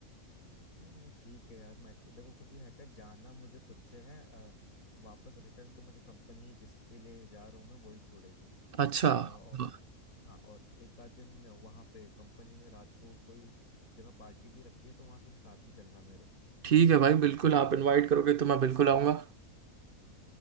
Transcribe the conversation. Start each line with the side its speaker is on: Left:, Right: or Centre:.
Left: नहीं नहीं ठीक है यार मेट्रो देखो क्योंकि है क्या जाना मुझे खुद से है अ, वापस रिटर्न तो मुझे कंपनी जिसके लिए जा रहा हूँ मैं वही छोड़ेगी
Right: अच्छा
Left: अ, और
Right: हाँ,
Left: हाँ और एक आध दिन वहाँ पे कंपनी ने रात को कोई जगह पार्टी भी रखी है तो वहाँ तुम साथ ही चलना मेरे
Right: ठीक है भाई बिल्कुल आप इनवाइट करोगे तो मैं बिल्कुल आऊंगा
Left: हाँ